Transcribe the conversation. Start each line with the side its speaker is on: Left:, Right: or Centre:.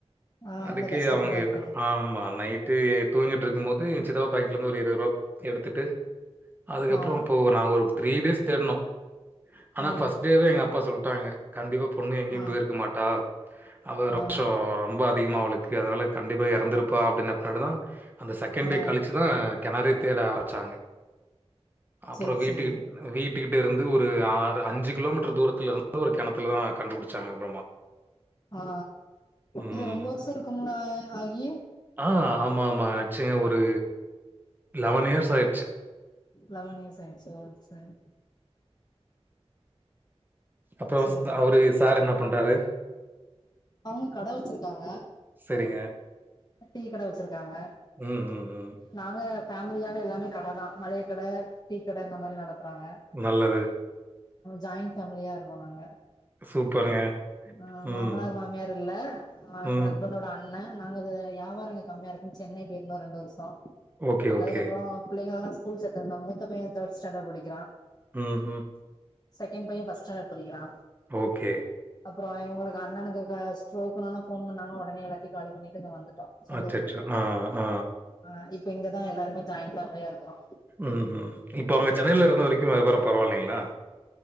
Left: ஆ
Right: அதுக்கே
Left: அந்த கஷ்டத்துல
Right: அவங்
Left: இருக்காங்க
Right: ஆம்மா நைட்டு ஏ தூங்கிட்டு இருக்கும் போது, ஏ சித்தப்பா பாக்கெட்ல இருந்து ஒரு இருவது ரூபா எடுத்துட்டு, அதுக்கப்புறோ
Left: ஆ
Right: இப்போ நாங்க ஒரு த்ரீ டேஸ் தேடுனோ ஆனா
Left: ஆ
Right: ஃபஸ்ட் டே வே எங்க அப்பா சொல்ட்டாங்க, கண்டிப்பா பொண்ணு எங்கேயு
Left: ஆ
Right: போயிருக்க மாட்டா. அவ ரொஷோ
Left: ஆ
Right: ரொம்ப அதிகமா அவளுக்கு அதனால கண்டிப்பா எறந்திருப்பா அப்டின்னபாடு தா அந்த செகண் டே
Left: ஆ
Right: கலி ச்சுதா கெணறே தேட ஆரம்பிச்சாங்க. அப்புறோ
Left: சேரி
Right: வீட்டுக்கு
Left: சேரி
Right: வீட்டுக்கிட்ட இருந்து ஒரு ஆறு அஞ்சு கிலோமீட்டர் தூரத்துல இருந்து ஒரு கெணத்துல தா கண்டுபுடிச்சாங்க அப்புறமா.
Left: ஆ
Right: ம்.
Left: இது ரொம்ப வருஷ இருக்கும்ல ஆகி
Right: ஆ ஆமா ஆமா ஆச்சுங்க. ஒரு லெவன் இயர்ஸ் ஆய்டுச்சு.
Left: லெவன் இயர்ஸ் ஆயிடுச்சா, சரி.
Right: அப்புறோ
Left: சேரிங்க
Right: அவரு சார் என்ன பண்றாரு.
Left: அவங்க கட வெச்சிருக்காங்க.
Right: சரிங்க
Left: டீ கட வெச்சிருக்காங்க.
Right: ம், ம், ம்.
Left: நாங்க ஃபேமிலியாவே, எல்லாமே கட தா. மள்ளிக கட டீ கட இந்த மாரி நடக் த்ராங்ங
Right: நல்லது.
Left: ஜாயிண்ட் ஃபேமிலியா இருக்கோ நாங்க.
Right: சூப்பருங்க
Left: ஆ மாமனார்
Right: ம்,
Left: மாமியார் இல்ல, அ
Right: ம்.
Left: ஹஸ்பண்டோட அண் ணே, நாங்க அது வியாபார இங்க கம்மியா இருக்குன்னு, சென்னை போயிருந்தோ ரெண்டு வருஷ
Right: ஓகே, ஓகே.
Left: அதுக்கப்புறோ புள்ளைங்கள எல்லா ஸ்கூல் சேத்துருந்தோ, மூத்த பைய தேர்ட் ஸ்டாண்டர்ட் படிக்கிறா
Right: ம் ஹும்.
Left: செகண்ட் பைய ஃபஸ்ட் ஸ்டாண்டர்ட் படிக்கிறா
Right: ஓகே
Left: அப்புறோ இவுங்களுக்கு அண்ணனுக்கு ஸ்ட்ரோக்ணுன்னு ஃபோன் பண்ணாங்க, ஒடனே எல்லாத்தியு காலி பண்ணிட்டு இங்க வந்துட்டோ சொந்த
Right: அச்சச்சோ
Left: ஊருக்கு
Right: ஆ ஆ
Left: ஆ இப்ப இங்கதா எல்லாருமே ஜாயிண்ட் ஃபேமிலியா இருக்கறோ
Right: ம் ம் இப்ப அவங்க சென்னையில இருந்த வரைக்கு வியாபாரோ பரவால்லீங்களா